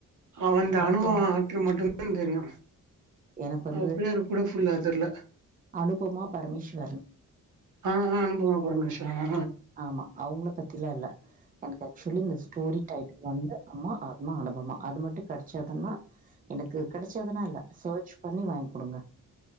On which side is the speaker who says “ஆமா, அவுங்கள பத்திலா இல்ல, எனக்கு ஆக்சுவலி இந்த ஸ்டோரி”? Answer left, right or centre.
Right